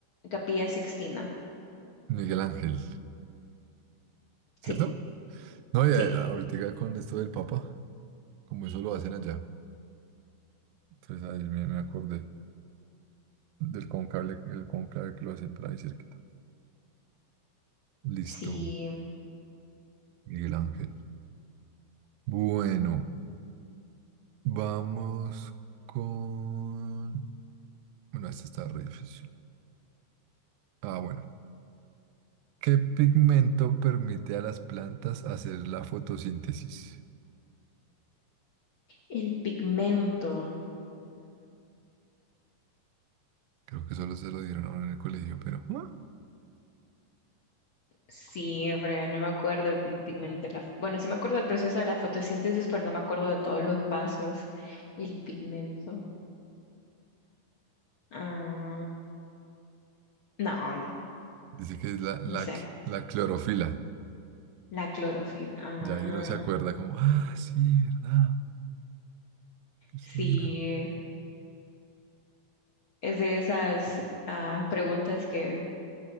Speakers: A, on the left; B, on the right.
A: Capilla Sixtina?
B: Miguel Ángel, ¿cierto?
A: Sí,
B: No, y
A: sí,
B: a- ahorita con esto del Papa, como eso lo hacen allá. Entonces ahí me, me acordé del conclave, el conclave que lo hacen por ahí cerquita. Listo,
A: sí.
B: Miguel Ángel. Bueno, vamos con... Bueno, este está re difícil. Ah, bueno. ¿Qué pigmento permite a las plantas hacer la fotosíntesis?
A: El pigmento.
B: Creo que solo se lo dieron a uno en el colegio, pero ¿Ah?
A: Sí, pero no me acuerdo el pi- pigmento. de La... Bueno, sí me acuerdo del proceso de la fotosíntesis, pero no me acuerdo de todos los pasos. El pigmento. Ah, no, no,
B: dice que es la, la,
A: no sé.
B: cl- la clorofila.
A: La clorofila. Ah,
B: Ya ahí uno se acuerda como, ah, sí, ¿verdad? Esto
A: sí.
B: era.
A: Es de esas ah, preguntas que,